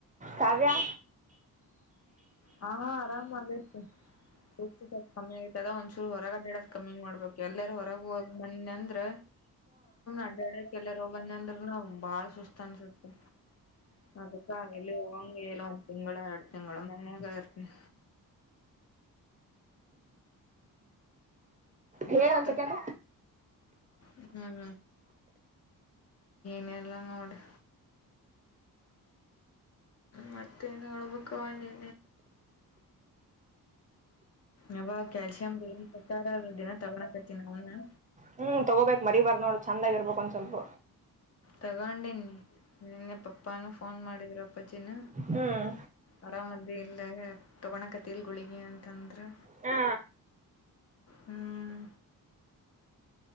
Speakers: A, on the right (about 20°); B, on the left (about 45°).
A: ಕಾವ್ಯಾ.
B: ಹಾ ಹಾ ಆರಾಮ್ ಆಗೇತಿ ಪೂರ್ತಿ ಕಮ್ಮಿ ಆಗತ ಅದ ಒಂದ್ಚೂರು ಹೊರಗ ಅಡ್ಯಾಡಕ್ ಕಮ್ಮಿ ಮಾಡ್ಬೇಕ ಎಲ್ಲಾರ ಹೊರಗ ಹೋಗಿ ಬನ್ನಿ ಅಂದ್ರ ಅಡ್ಡಾಡಾಕ್ ಎಲ್ಲಿರ ಹೋಗಿ ಬನ್ನಿ ಅಂದ್ರನು ಬಾಳ್ ಸುಸ್ತ್ ಅನ್ಸುತ್ತೆ. ಅದಕ್ಕ ಎಲ್ಲಿನು ಹೋಗಂಗಿಲ್ಲ ಒಂದು ತಿಂಗಳು ಎರಡು ತಿಂಗಳ ಮನೆ ಮನ್ಯಾಗ ಇರ್ತೀನಿ.
A: ಹೇಳ
B: ಮತ್ತೆ
A: ಒಂದ್ ಸೆಕೆಂಡ್
B: ಹ್ಮ್ ನ ಎಲ್ಲಾಂಗೋಡಿ ಮತ್ತೆ ಏನ್ ಹೇಳ್ಬೇಕು ವಂನಿ ಯ ಕ್ಯಾಲ್ಸಿಯಂಾರ ದಿನ ತಗೋಳಕತಿನನ ನ ಅವನ
A: ಹ್ಮ್ ತಗೋಬೇಕಕ್ ಮರಿ ಬಾರ ನೋಡ್ ಚಂದ ಆಗ ಇರ್ಬೇಕು ಒಂದ್ ಸ್ವಲ್ಪ
B: ತಗೊಂಡೀನಿ ನಿನ್ನೆ ಪಪ್ಪಾನೂ ಫೋನ್ ಮಾಡಿದ್ರ ಅಪ್ಪಾಜಿನ
A: ಹ್ಮ್
B: ಅರಾಮಂದಿ ಇಲ್ಲ ತೊಗಣ ಕತ್ತ ತಿಲ್ಗಳಿಗೆ ಅಂತಂದ್ರೆ
A: ಹಾ
B: ಹ್ಮ್